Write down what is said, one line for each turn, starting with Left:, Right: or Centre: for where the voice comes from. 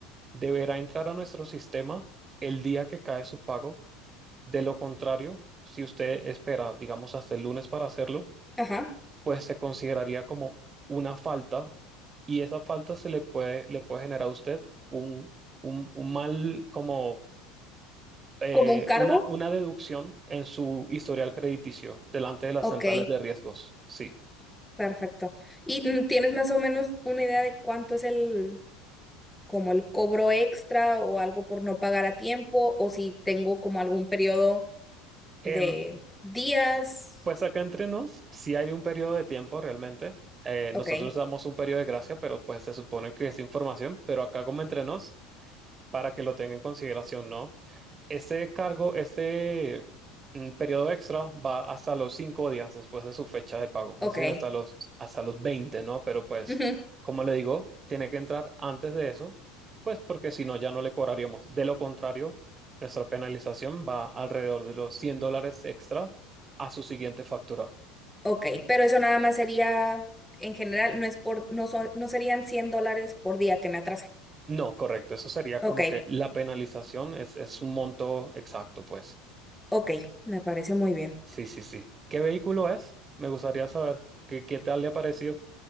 Right: deberá entrar a nuestro sistema el día que cae su pago de lo contrario, si usted espera, digamos, hasta el lunes para hacerlo,
Centre: Ajá.
Right: pues se consideraría como una falta y esa falta se le puede, le puede generar a usted un, un, un mal, como eh,
Centre: ¿Como un cargo?
Right: una, una deducción en su historial crediticio delante de las
Centre: Ok.
Right: centrales de riesgos. Sí.
Centre: Perfecto. ¿Y mm, tienes más o menos una idea de cuánto es el, como el cobro extra o algo por no pagar a tiempo o si tengo como algún periodo
Right: Em,
Centre: de días?
Right: pues acá entre nos, si hay un periodo de tiempo realmente. Eh,
Centre: Ok.
Right: nosotros damos un periodo de gracia, pero pues se supone que es información, pero acá como entre nos. para que lo tenga en consideración, ¿no? Este cargo, este mm, periodo extra va hasta los cinco días después de su fecha de pago,
Centre: Ok.
Right: es decir, hasta los, hasta los 20, ¿no? Pero pues,
Centre: Ujú.
Right: como le digo, tiene que entrar antes de eso, pues porque si no, ya no le cobraríamos. De lo contrario, nuestra penalización va alrededor de los 100 dólares extra a su siguiente factura.
Centre: Ok, pero eso nada más sería, en general, no es por, no son, no serían 100 dólares por día que me atrase.
Right: No, correcto, eso sería
Centre: Ok,
Right: como que la penalización es, es un monto exacto, pues.
Centre: ok, me parece muy bien.
Right: Sí, sí, sí. ¿Qué vehículo es? Me gustaría saber. ¿Qué, qué tal le ha parecido?